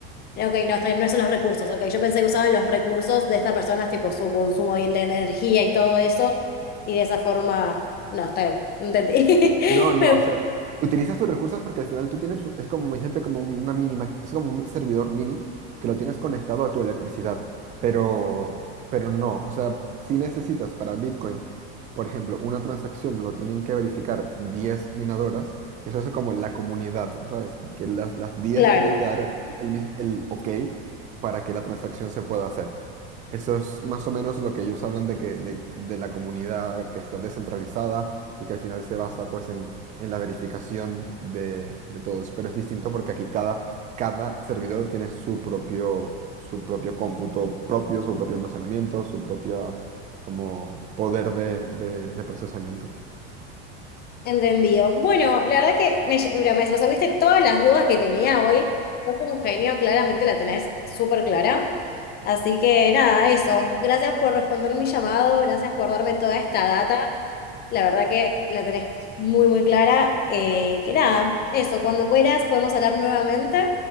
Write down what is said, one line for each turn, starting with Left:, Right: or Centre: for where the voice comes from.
Left: Eh, Ok, no, está bien, no son los recursos. Ok, yo pensé que usaban los recursos de estas personas, tipo su consumo y la energía y todo eso, y de esa forma, no, está bien, entendí.
Right: No, no,
Left: <laughs> Me-
Right: o sea, utilizas tus recursos porque al final tú tienes, es como, imagínate, como una mínima, es como un servidor mini que lo tienes conectado a tu electricidad, pero, pero no, o sea, si necesitas para Bitcoin, por ejemplo, una transacción lo tienen que verificar 10 minadoras, y eso es como la comunidad, ¿sabes? Que las, las diez
Left: Claro,
Right: tienen que dar el, el, mis- el ok para que la transacción se pueda hacer. Eso es más o menos lo que ellos hablan de que de, de la comunidad que está descentralizada y que al final se basa pues en, en la verificación de, de todos. Pero es distinto porque aquí cada, cada servidor tiene su propio, su propio cómputo propio, su propio almacenamiento, su propia como poder de, de- de procesamiento. <laughs>
Left: entendido. Bueno, la verdad que me, lle- mira, me resolviste todas las dudas que tenía hoy. Sos un genio, claramente la tenés súper clara. Así que nada, eso. Gracias por responder mi llamado, gracias por darme toda esta data. La verdad que la tenés muy, muy clara. eh, y que nada, eso, cuando quieras podemos hablar nuevamente